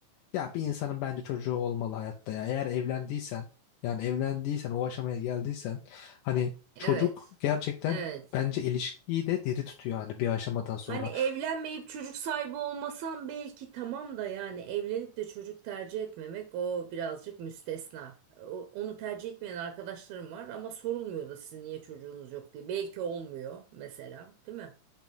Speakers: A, on the left; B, on the right.
A: ya bir insanın bence çocuğu olmalı hayatta ya. Eğer evlendiysen yani evlendiysen o aşamaya geldiysen hani
B: Evet.
A: çocuk gerçekten
B: Evet.
A: bence ilişkiyi de diri tutuyor hani bir aşamadan
B: Hani
A: sonra.
B: evlenmeyip çocuk sahibi olmasam belki tamam da yani evlenip de çocuk tercih etmemek o birazcık müstesna. O- Onu tercih etmeyen arkadaşlarım var ama sorulmuyor da sizin niye çocuğunuz yok diye. Belki olmuyor mesela, değil mi?